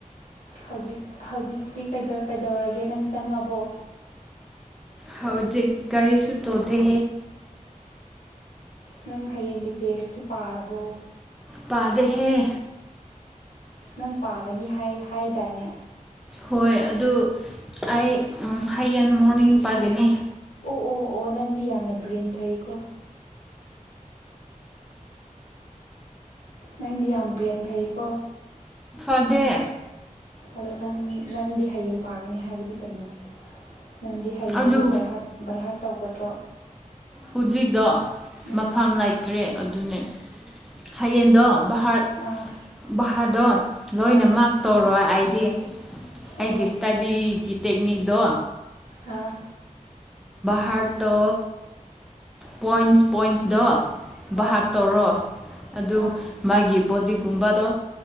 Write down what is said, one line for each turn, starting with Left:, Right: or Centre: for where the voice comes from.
Left: ꯍꯧꯖꯤꯛ ꯍꯧꯖꯤꯛꯇꯤ ꯀꯩꯗꯧꯔꯒꯦ ꯅꯪ ꯆꯪꯉꯕꯣ
Centre: ꯍꯧꯖꯤꯛ ꯒꯥꯔꯤꯁꯨ ꯇꯣꯗꯦ
Left: ꯅꯪ ꯍꯌꯦꯡꯒꯤ ꯇꯦꯁꯀꯤ ꯄꯥꯔꯕꯣ
Centre: ꯄꯥꯗꯍꯦ
Left: ꯅꯪ ꯄꯥꯒꯅꯤ ꯍꯥꯏꯗꯥꯏꯅꯦ
Centre: ꯍꯣꯏ ꯑꯗꯨ ꯑꯩ ꯍꯌꯦꯡ ꯃꯣꯔꯅꯤꯡ ꯄꯥꯒꯅꯤ
Left: ꯑꯣ ꯑꯣ ꯑꯣꯑꯣ ꯅꯪꯗꯤ ꯌꯥꯝꯅ ꯕ꯭ꯔꯦꯟ ꯐꯩꯀꯣ ꯅꯪꯗꯤ ꯌꯥꯝ ꯕ꯭ꯔꯦꯟ ꯐꯩꯀꯣ
Centre: ꯐꯗꯦ
Left: ꯑꯗꯣ ꯅꯪ ꯅꯪꯗꯤ ꯍꯌꯦꯡ ꯄꯥꯒꯅꯤ ꯍꯥꯏꯕꯗꯤ ꯀꯩꯅꯣ ꯅꯪꯒꯤ ꯍꯌꯦꯡꯗꯤ
Centre: ꯑꯗꯨ
Left: ꯕꯥꯏꯍꯔꯠ ꯕꯥꯏꯍꯔꯠ ꯇꯧꯒꯗ꯭ꯔꯣ
Centre: ꯍꯧꯖꯤꯛꯇꯣ
Left: ꯎꯝ ꯎꯝ
Centre: ꯃꯐꯝ ꯂꯩꯇ꯭ꯔꯦ ꯑꯗꯨꯅꯦ ꯍꯌꯦꯡꯗꯣ ꯕꯥꯍꯥꯔ
Left: ꯑꯥ
Centre: ꯕꯥꯍꯥꯔꯗꯣ ꯂꯣꯏꯅꯃꯛ
Left: ꯑꯥ
Centre: ꯇꯧꯔꯣꯏ ꯑꯩꯗꯤ ꯑꯩ
Left: ꯑꯣ
Centre: ꯒꯤꯁꯇꯗꯤ ꯒꯤ ꯇꯦꯛꯦꯛꯅꯤꯛꯗ
Left: ꯑꯥ
Centre: ꯍꯔꯇꯣ ꯄꯣꯏꯟꯁ ꯄꯣꯏꯟꯁꯗ
Left: ꯑꯥ
Centre: ꯚꯥꯠ ꯇꯧꯔꯣ ꯑꯗꯨ
Left: ꯑꯥ
Centre: ꯃꯥꯒꯤ ꯕꯣꯗꯤꯒꯨꯝꯕꯗꯣ